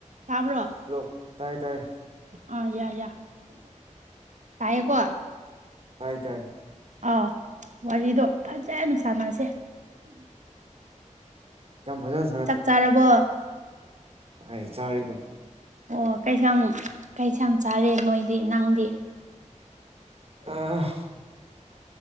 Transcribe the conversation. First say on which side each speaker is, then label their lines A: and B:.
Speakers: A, on the right; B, on the right.
A: ꯇꯥꯕ꯭ꯔꯣ
B: ꯍꯜꯂꯣ ꯇꯥꯏ ꯇꯥꯏ
A: ꯑꯥ ꯌꯥ ꯌꯥ ꯇꯥꯏꯌꯦꯀꯣ
B: ꯍꯥꯏ ꯇꯥꯏ
A: ꯑꯥ ꯋꯥꯔꯤꯗꯣ ꯐꯖꯅ ꯁꯥꯟꯅꯁꯦ
B: ꯌꯥꯝ ꯐꯖ
A: ꯆꯥꯛ ꯆꯥꯔꯕꯣ
B: ꯑꯍꯥꯏ ꯆꯥꯔꯦꯒ
A: ꯑꯣ ꯀꯩꯌꯥꯝ ꯀꯩꯁꯥꯡ ꯆꯥꯔꯦ ꯅꯣꯏꯗꯤ ꯅꯪꯗꯤ
B: ꯑ